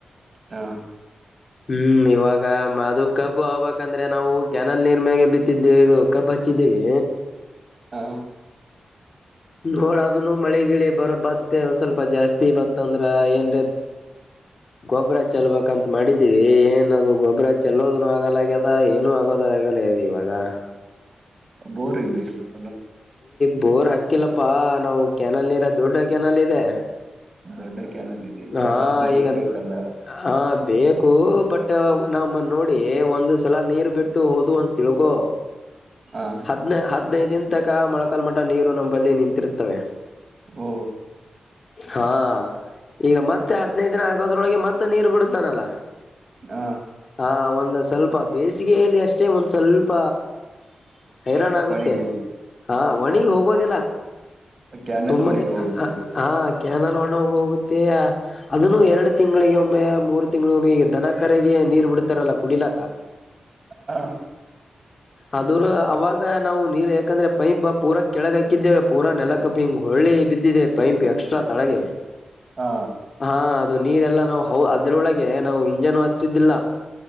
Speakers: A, on the right; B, on the left.
A: ಹಾ
B: ಹ್ಮ್ ಇವಾಗ ಅದು ಕಬ್ಬು ಆಗ್ಬೇಕಕ್ಂದ್ರೆ ನಾವು ಕೆ್ಯನಲ್ ನೀರ್ ಮ್ಯಾಗ ಬಿತ್ತಿದ್ದೆವಿ ಇದು ಕಬ್ಬು ಪಚ್ಚಿದ್ದೀವಿ
A: ಹಾ
B: ನೋಡದನು ಮಳಗಿಳಿ ಬರ ಬತ್ತ ಒಂದ್ ಸ್ವಲ್ಪ ಜಾಸ್ತಿ ಬತ್ತ ಅಂದ್ರೆ ಏನ್ ಗೊಬರ ಚಲ್ಬೇಕಂತ ಮಾಡಿದೀವಿ ಏ ಇನ್ನದು ಗೊಬರಾಜ್ ಚೆಲ್ಲೋ್ನು ಆಗಲ್ಲ ಆ್ಯದ ಏನು ಆಗೋದ ಆಗಲ್ಲ ಇವಾಗ
A: ಬೋರ್ ಇದ್ದಿ ಇರ್ಬೇಕು
B: ಬೋರ್ ಹಾಕಿಲ್ಲಪ್ಪಾ ನಾವು ಕೆ್ಯಾನಲ್ ನೀರ ದೊಡ್ಡ ಕೆ್ಯಾನಲ್ ಇದೆ
A: ದೊಡ್ಡ ಕ್ಯಾನಲ್ ಇದೆ ಕ್ಯಾನಲ್
B: ಹಾ
A: ನೀರ್
B: ಈಗ
A: ಬೇಕಲ್ಲ
B: ಹ ಬೇಕು ಬಟ್ ನಮ್ಮ ನೋಡಿ ಒಂದ ಸಲ ನೀರ್ ಬಿಟ್ಟು ಹೋದ ಅಂತ ತಿಳ್ಕೊ
A: ಹ
B: ಹದ್ನ ಹದ್ಿನೈದ ದನ್ ತಕ ಮೊಳಕಲ್ ಮಠ ನೀರು ನಂಬ ಬಲ್ಲಿ ನಿಂತಿರ್ತವೆ
A: ಓ
B: ಹಾ ಈಗ ಮತ್ತೆ ಹದ್ಿನೈದು ದಿನ ಆಗಲ್ ೊಳಗೆ ಮತ್ತೆ ನೀರು ಬಿಡುತ್ತಾನಲ್ಲ
A: ಹ
B: ಹ ಒ ಸ್ವಲ್ಪ ಬೇಸಿಗೆಯಲ್ಲಿ ಅಷ್ಟೇ ಒಂದು್ ಸ್ವಲ್ಪ ಹೈರಾಣ ಆಗುತ್ತೆ
A: ಒಣಗಿ ಹೋಗಿ
B: ಹಾ
A: ಹ
B: ಒಣಗ್ ಹೋಗೋದಿಲ್ಲ
A: ಕ್ಯಾನಲ್
B: ಸುಮ್ಮನೆ
A: ಒಣಗಿ ಹೋಗುತ್ತೆ
B: ಹಾ ಕನೋ ಹೋಗುತ್ತೆ ಅದನ್ನು ಎರಡು ತಿಂಗಳಿಗೆ ಒಮ್ಮೆ ಮೂರು ತಿಂಗಳಗ ಒಮ್ಮೆ ಈಗ ದನ ಕರೆಗೆ ನೀರ್ ಬಿಡ್ತಾರಲ್ಲ ಕುಡಿಲ
A: ಹ
B: ಅ ಅವಾಗ ನಾವು ನೀರ್ ಯಾಕಂದ್ರೆ ಪೈಂಪ್ ಪೂರಾ ಕೆಳಗ ಹಾಕಿದ್ದೇವೆ ಪೂರ ನೆಲಕಪ್ಪಿ ಹಿಂಗ್ ಹೊಳ್ಳಿ ಬಿದ್ದಿದೆ ಪೈಪ್ ಎಕ್ಸ್ಟ್ರಾ ತಳಗೆ
A: ಹಾ
B: ಹಾ ಅದು ನೀರೆಲ್ಲ ನಾವು ಹ ಅದ್ರೊಳಗೆ ನಾವು ಇಂಜನ್ ಹಚ್ಚಿದ್ದಿಲ್ಲ